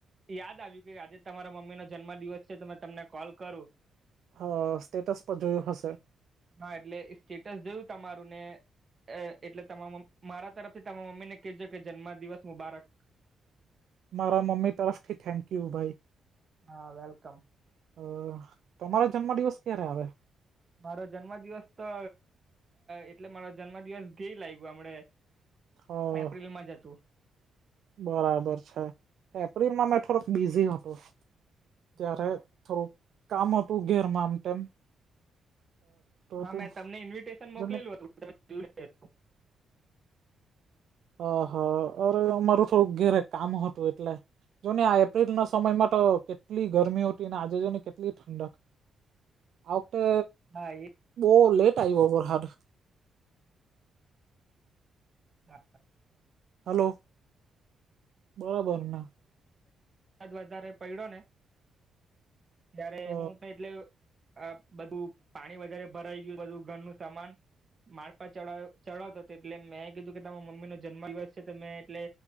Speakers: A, on the right (about 35°); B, on the right (about 70°).
A: યાદ આવ્યું કે આજે તમારા મમ્મી નો જન્મ દિવસ છે તો મેં તમને કોલ કરું
B: હ સ્ટેટસ પર જોયુ હશે.
A: હા એટલે સ્ટેટસ જોયું તમારું ને એટલે તમામ મારા તરફથી તમા મમ્મી ને કહેજો કે જન્મ દિવસ મુબારક.
B: મારા મમ્મી તરફથી થેન્ક યુ ભાઈ.
A: હા વેલકમ.
B: અ તમારો જન્મ દિવસ ક્યારે આવે?
A: મારો જન્મ દિવસ તો એટલે મારો જન્મ દિવસ ગેય લાગ્યો હમડે.
B: અ
A: એપ્રિલ માં હતો.
B: બરાબર છે એપ્રિલમાં મેં થોડોક બિઝી હતો ત્યારે
A: હા
B: થોડું કામ હતું ઘેરમા આમ તેમ
A: હા
B: હતું
A: મેં તમને ઇન્વિટેશન મોકલું
B: જોને
A: હતું. તો.
B: હ હા અરે અમારું થોડુંક ઘેરે કામ હતું એટલે. જો ને આ એપ્રિલ ના સમયમાં તો કેટલી ગરમી હતી આજે જોઈ ને કેટલી ઠંડક. આ વકતે
A: હા એ
B: બો લેટ આવ્યો વરાહાદ.
A: <unintelligible>
B: હલો બરાબરને.
A: વધારે પયડો ને જયારે
B: હ
A: હું પણ એટલે આ બધું પાણી વધારે ભરાઈ ગયું બધું ઘરનું સામાન મારપા ચ ચડાવતો હતો એટલે મેં કીધું કે તમારા મમ્મીનો જન્મ દિવસ છે તો મેં એટલે